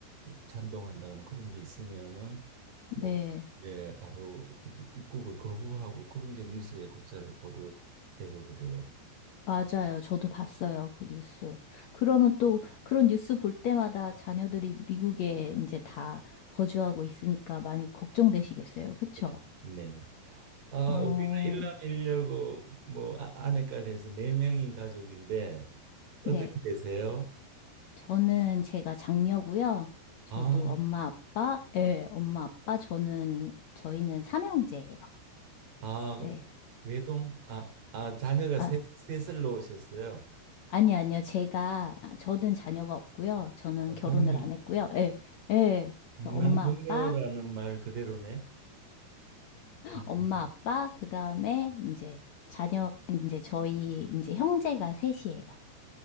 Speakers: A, on the right; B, on the left.
A: 찬동한다거나 그런 게 있으면은
B: 네.
A: 뭐 예, 바로 이렇게 입국을 거부하고 그런 게 뉴스에 곧잘 보도되고 그래요.
B: 맞아요. 저도 봤어요. 그 뉴스. 그러면 또 그런 뉴스 볼 때마다 자녀들이 미국에 이제 다
A: 예.
B: 거주하고 있으니까 많이 걱정되시겠어요. 그쵸?
A: 예. 네네. 아,
B: 어,
A: 우리는 일남일녀고 뭐 아, 아내까지 해서 네 명인 가족인데 어떻게
B: 네.
A: 되세요?
B: 저는 제가 장녀고요.
A: 아,
B: 저도 엄마, 아빠, 예, 엄마, 아빠, 저는, 저희는 삼형제예요.
A: 아,
B: 네.
A: 그 외동, 아, 아, 자녀가 셋,
B: 아,
A: 셋을 놓으셨어요.
B: 아니, 아니요. 제가, 저는 자녀가 없고요. 저는
A: 아,
B: 결혼을
A: 동료,
B: 안 했고요. 예, 예.
A: 무난
B: 그래서 엄마,
A: 동료라는
B: 아빠,
A: 말 그대로네. 음.
B: 엄마, 아빠, 그 다음에 이제 자녀, 이제 저희, 이제 형제가 셋이에요.